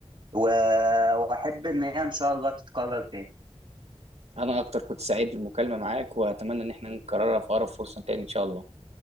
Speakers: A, on the right; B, on the right.
A: و- وأحب إن هي إن شاء الله تتكرر تاني
B: انا اكتر كنت سعيد بالمكالمه معاك واتمنى ان احنا نكررها في اقرب فرصه تاني ان شاء الله